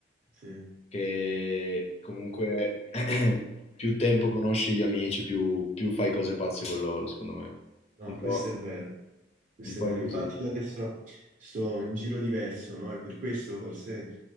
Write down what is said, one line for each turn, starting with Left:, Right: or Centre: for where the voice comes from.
Right: sì,
Left: Che comunque <clears throat> più tempo
Right: sì.
Left: conosci gli amici, più, più fai cose pazze con loro, secondo me.
Right: No,
Left: Un po',
Right: questo è vero, questo
Left: un po'
Right: è vero.
Left: è così.
Right: Infatti io adesso sto in giro diverso, no? E per questo forse